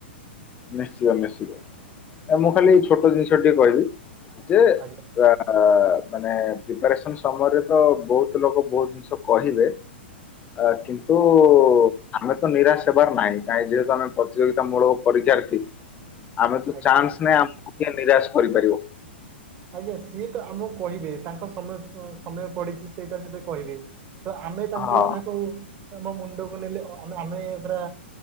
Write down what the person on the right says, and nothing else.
ଆଜ୍ଞା
ଆଜ୍ଞା
ଆଜ୍ଞା! ସିଏତ ଆମକୁ କହିବେ। ତାଙ୍କ ସମୟ- ସମୟ ପଡିଛି। ସେଇଟା ସେତ କହିବେ ତ ଆମେ ତାଙ୍କ
କଥାକୁ ଆମ ମୁଣ୍ଡକୁ ନେଲେ ଆମେ ପୁରା